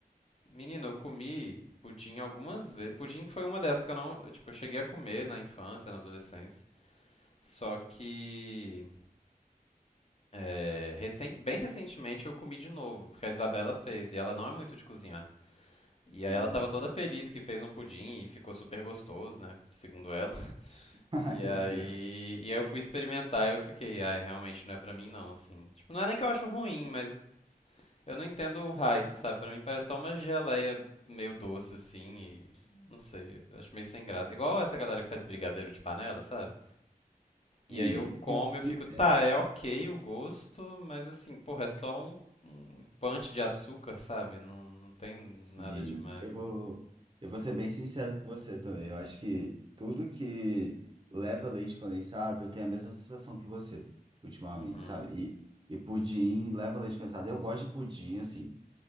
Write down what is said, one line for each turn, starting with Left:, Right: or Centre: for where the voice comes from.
Left: Menina, eu comi pudim algumas vezes. Pudim foi uma dessas que eu não, tipo, eu cheguei a comer na infância, na adolescência. Só que é, recen- bem recentemente eu comi de novo, porque a Isabela fez e ela não é muito de cozinhar. E
Right: Hum.
Left: aí ela tava toda feliz que fez um pudim e ficou super gostoso, né, segundo ela. <laughs>
Right: <laughs> Ai,
Left: E aí,
Right: meu Deus.
Left: e aí eu fui experimentar e eu fiquei, ai, realmente não é pra mim não, assim. Tipo, não é nem que eu acho ruim, mas Eu não entendo o hype, sabe? Pra mim parece só uma geleia meio doce assim e não sei, eu acho meio sem graça. Igual essa galera que faz brigadeiro de panela, sabe? E
Right: Sim,
Left: aí eu como
Right: pior é que
Left: e eu
Right: me
Left: fico,
Right: entendo.
Left: tá, é ok o gosto, mas assim, porra, é só um, um punch de açúcar, sabe? Não, não tem nada
Right: Sim,
Left: demais.
Right: eu vou, eu vou ser bem sincero com você também. Eu acho que tudo que leva leite condensado, eu tenho a mesma sensação que você ultimamente,
Left: Uhum,
Right: sabe? E, e pudim leva leite condensado. Eu gosto de pudim, assim.